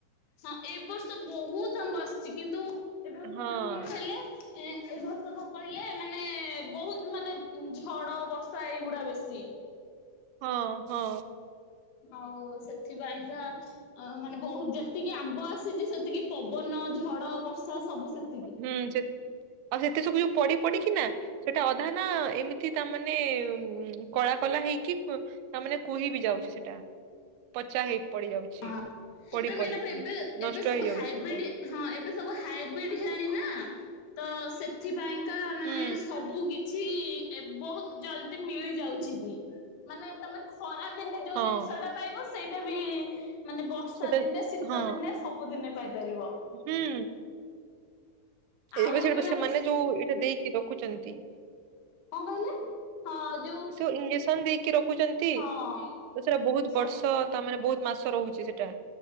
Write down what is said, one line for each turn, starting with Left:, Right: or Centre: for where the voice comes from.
Left: ହଁ, ଏବ ବର୍ଷ ବହୁତ ଆମ୍ବ ଆସିଛି କିନ୍ତୁ ଏ ବର୍ଷ
Right: ହଁ।
Left: ମାନେ କଣ କହିଲେ? ଏଁ। ଏ ବର୍ଷ କଣ କହିଲେ, ମାନେ ବହୁତ ମାନେ ଝଡ ବର୍ଷା ଏଇଗୁଡା ବେଶୀ।
Right: ହଁ ହଁ।
Left: ଆଉ ସେଥିପାଇଁକା ଅ ମାନେ ବହୁତ୍ ଯେତିକି ଆମ୍ବ ଆସିଛି ସେତିକି ପବନ ଝଡ ବର୍ଷା ସବୁ ସେତ୍
Right: ହୁଁ ସେ ଆଉ ସେତେ ସବୁ ଯୋଉ ପଡିି ପଡିକିନା। ସେଟା ଅଧା ନା ଏମିତି ତାମାନେ କଳା କଲା ହେଇକି ତାମାନେ କୁହି ବି ଯାଉଛି ସେଟା। ପଚା ହେଇ ପଡି ଯାଉଛି
Left: ହଁ
Right: ପଡି
Left: ତ ମ୍ୟାଡାମ
Right: ପଡିକି
Left: ଏବେ
Right: ନଷ୍ଟ
Left: ଏବେ ସବୁ
Right: ହେଇଯାଉଛି
Left: ହାଇବ୍ରିଡ
Right: ବହୁ
Left: ହଁ ଏବେ ସବୁ ହାଇବ୍ରିଡ ହେଣି ନା ତ ସେଥିପାଇଁକା ମାନେ
Right: ହୁଁ
Left: ସବୁ କି ଛି ବହୁତ ଜଲଦି ମିଳି ଯାଉଛି ବି ମାନେ ତମେ ଖରା ଦିନେ ଯୋଉ
Right: ହଁ
Left: ଜିନିଷଟା ପାଇବ ସେଇଟା ବି ମାନେ ବର୍ଷା
Right: ସେଟା
Left: ଦିନେ ଶୀତ
Right: ହଁ
Left: ଦିନେ ସବୁଦିନେ ପାଇପାରିବ।
Right: ହୁଁ।
Left: ଆଉ
Right: ଏବେ ଯୋଉ ସେମାନେ
Left: ମାନେ
Right: ଯୋଉ ଏଇଟା ଦେଇକି ରଖୁଚନ୍ତି।
Left: କଣ କହିଲେ ହଁ ଯୋଉ
Right: ସେ ଇଞ୍ଜେକ୍ସନ ଦେଇକି ରଖୁଛନ୍ତି।
Left: ହଁ।
Right: ତ ସେଟା ବହୁତ
Left: ସ
Right: ବର୍ଷ ତା ମାନେ ବହୁତ ମାସ ରହୁଛି ସେଟା।